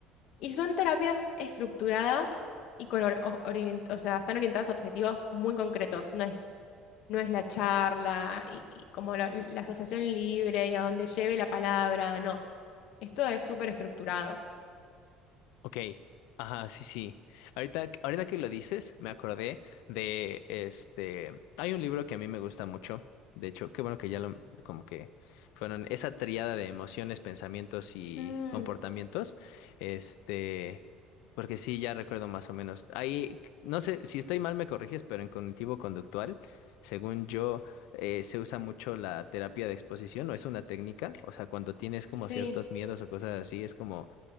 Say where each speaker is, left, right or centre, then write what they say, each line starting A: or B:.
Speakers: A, on the left; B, on the left.
A: Y son terapias estructuradas y con or- o- orient- o sea, están orientadas a objetivos muy concretos. No es no es la charla y, y como la, la asociación libre y a donde lleve la palabra, no. Esto es súper estructurado.
B: Ok, ajá, sí, sí. Ahorita, ahorita que lo dices, me acordé de este. Hay un libro que a mí me gusta mucho. De hecho, qué bueno que ya lo, como que fueron esa tríada de emociones, pensamientos y
A: Mm,
B: comportamientos. Este, porque sí, ya recuerdo más o menos. Ahí, no sé, si estoy mal me corriges, pero en cognitivo-conductual, según yo, eh, se usa mucho la terapia de exposición, o es una técnica. O sea, cuando tienes como
A: sí.
B: ciertos miedos o cosas así, es como